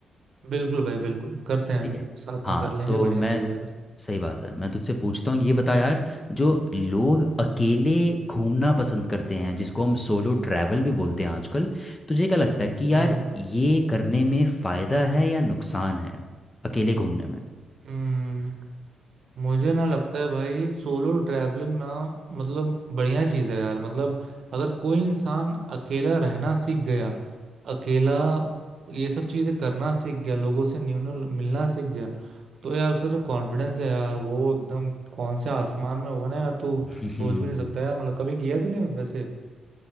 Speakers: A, on the right; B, on the left.
A: बिल्कुल भाई बिल्कुल करते हैं
B: ठीक
A: अभी
B: है
A: साथ
B: हाँ
A: में कर लेंगे
B: तो
A: बढ़िया
B: मैं
A: हो जाएगा
B: सही बात है मैं तुझसे पूछता हूँ ये बता यार जो लोग अकेले घूमना पसंद करते हैं जिसको हम सोलो ट्रैवल भी बोलते हैं आजकल तुझे क्या लगता है कि
A: हम्म
B: यार ये करने में फायदा है या नुकसान है अकेले घूमने में
A: हम्म मुझे ना लगता है भाई सोलो ट्रैवलिंग ना मतलब बढ़िया चीज है यार मतलब अगर कोई इंसान अकेला रहना सीख गया अकेला ये सब चीजें करना सीख गया लोगों से न्यू न्यू मिलना सीख गया तो यार उसका जो कॉन्फिडेंस है यार वो एकदम कौन से आसमान में होगा ना यार तू
B: हम्म
A: सोच भी नहीं सकता यार मतलब कभी किया है तूने वैसे